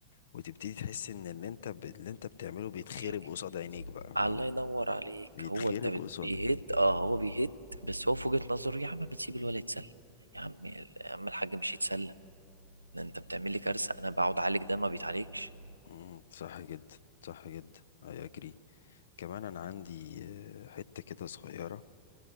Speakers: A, on the left; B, on the right.
A: وتبتدي تحس ان اللي انت ب... اللي انت بتعمله بيتخرب
B: يقول لك
A: قصاد عينيك بقى فاهم
B: الله ينور عليك
A: بيتخرب
B: هو انت بت-
A: قصادك
B: بيهت اه هو بيهت بس هو في وجهه نظره يا عم ما تسيب الولد يتسلى يا عم يا عم الحاج مش يتسلى ده انت بتعمل لي كارثه انا بقعد اعالج ده ما بيتعالجش
A: مم، صح جدا صح جدا اي اجري كمان انا عندي آه، حتة كده صغيرة